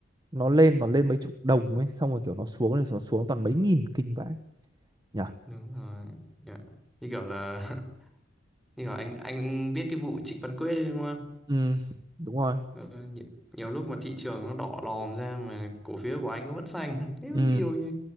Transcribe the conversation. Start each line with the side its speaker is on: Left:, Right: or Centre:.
Right: nó lên nó lên mấy chục đồng ấy xong rồi kiểu nó xuống rồi nó xuống toàn mấy nghìn kinh vãi nhỉ
Centre: Đúng rồi. Dạ. Như kiểu là <laughs> như kiểu anh anh biết cái vụ Trịnh Văn Quyết đấy đúng không?
Right: ừ đúng rồi
Centre: Ờ, nhiều, nhiều lúc mà thị trường nó đỏ lòm ra mà cổ phiếu của anh nó vẫn xanh. <laughs> Thế
Right: ừ
Centre: mới điều nhỉ.